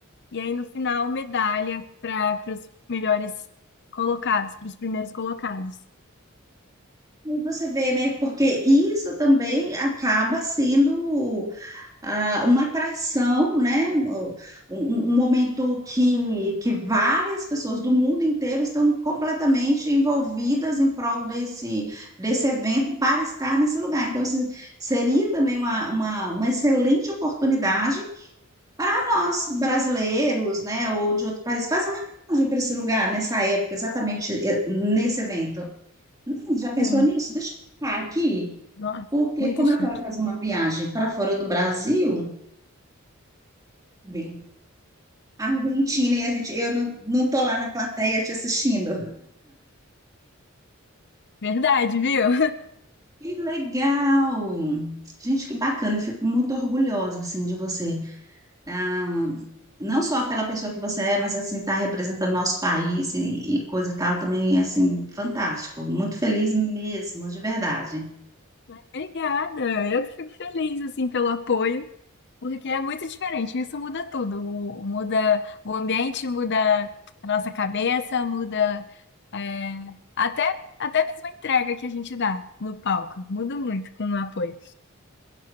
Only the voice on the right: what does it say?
E Você vê, né? Porque isso também acaba sendo ah, uma atração, né? Um, um um momento que, que várias pessoas do mundo inteiro estão completamente envolvidas em prol desse, desse evento para estar nesse lugar. Então, assim, seria também uma, uma, uma excelente oportunidade para nós brasileiros, né? Ou de outro país, fazer uma viagem para esse lugar nessa época, exatamente eh, nesse evento. Não, já pensou
nisso? Deixa eu ficar aqui,
porque
como
eu quero fazer uma viagem para fora do Brasil, bem, a Argentina e a gente, eu não, não tô lá na plateia te assistindo.
Que legal! Gente, que bacana, eu fico muito orgulhosa, assim, de você. Ah, não só pela pessoa que você é, mas, assim, tá representando nosso país e, e coisa e tal, também, assim, fantástico. Muito feliz mesmo, de verdade.